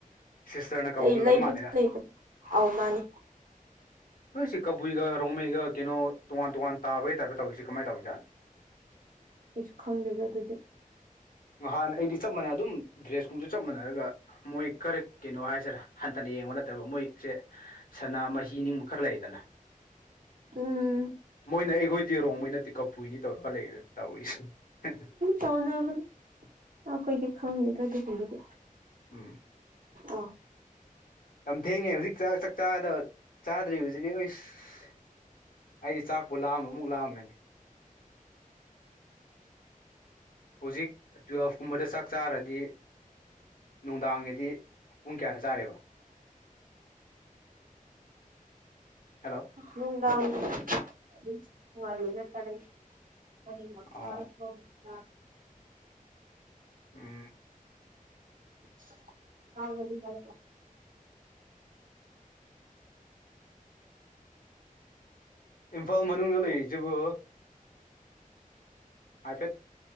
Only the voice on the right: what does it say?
ꯂꯩ
ꯂꯩꯕꯨꯗꯤ
ꯂꯩ ꯑꯧ ꯃꯥꯅꯤ
ꯀꯩꯁꯨ ꯈꯪꯗꯦꯗ ꯑꯗꯨꯗꯤ
ꯎꯝ
ꯇꯧꯅꯕꯅꯤ ꯑꯩꯈꯣꯏꯒꯤ ꯈꯪꯗꯦ ꯑꯗꯨꯒꯨꯝꯕꯗꯤ
ꯑꯥ
ꯅꯨꯡꯗꯥꯡꯕꯨꯗꯤ ꯑꯗꯨꯝ ꯉꯥꯢꯔꯤꯅ ꯆꯤꯢꯑꯦ <unintelligible> ꯍ
<unintelligible>
<unintelligible>